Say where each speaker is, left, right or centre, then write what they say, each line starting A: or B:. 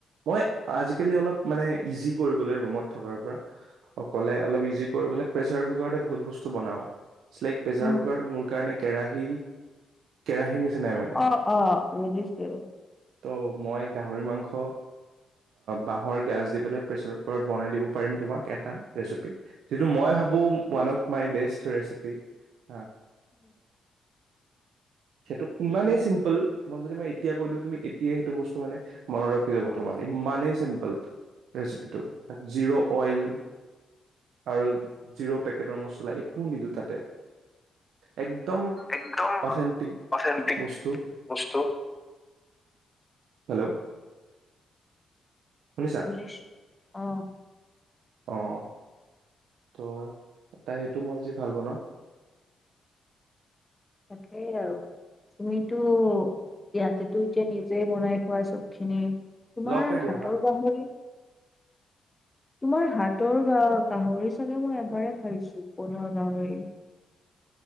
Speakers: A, on the right; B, on the left.
A: মই আজিকালি অলপ মানে ইজি কৰিবলৈ ৰুমত থকাৰ পৰা অকলে অলপ ইজি কৰিবলৈ প্ৰেচাৰ কুকাৰতে বহুত বস্তু বনাও চাই প্ৰেচাৰ
B: উম,
A: কুকাৰতো মোৰ কাৰণে কেৰাহী কেৰাহীৰ নিচিনাই মানে
B: অ অ বুজিছো
A: ত' মই গাহৰি মাংস বাঁহৰ গছ দি পেলাই প্ৰেচাৰ কুকাৰত বনাই দিব পাৰিম তোমাক এটা ৰেচিপি যিটো মই ভাবো, one of my best recipe হ সেইটো ইমানেই চিম্পুল তোমাক যদি মই এতিয়া কৈ দিওঁ তুমি এতিয়াই সেইটো বস্তু মানে মনত ৰখি যাব তোমাৰ ইমানেই চিম্পুল ৰেচিপিটো তাত জিৰ' অইল। আৰু জিৰ' পেকেটৰ মছলা একো নিদিওঁ তাতে। একদম
B: একদম
A: অথেটিক
B: অথেন্টিক
A: বস্তু।
B: বস্তু
A: হেল্ল'? শুনিছা
B: গ, আহ
A: অ'। ত' এ সেইটো মই আ যি ভাল বনাওঁ
B: তাকেই আৰু তুমিতো ইয়াতেতো এতিয়া নিজে বনাই খোৱা চ'ব। খিনি তোমাৰ
A: লকে দিয়া
B: হাতৰ
A: হা
B: গাহৰি তোমাৰ হাতৰ বা গাহৰি চাগে মই এবাৰে
A: উম
B: খাইছো বনোৱা গাহৰি